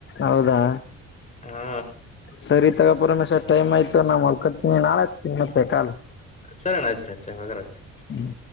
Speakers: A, on the left; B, on the left.
A: ಹೌದಾ.
B: ಹಾ
A: ಸರಿ <unintelligible> ರಮೇಶ್ ಟಮ್ ಆಯ್ತು <unintelligible> ನಾನ್ ಮಲ್ಕೋತೀನಿ ನಾಳ ಹಚ್ತೀನ ಮತ್ತೆ <unintelligible>
B: ಸರಿ ಅಣ್ಣ ಆಯ್ತ್ <unintelligible>
A: ಹ್ಮ್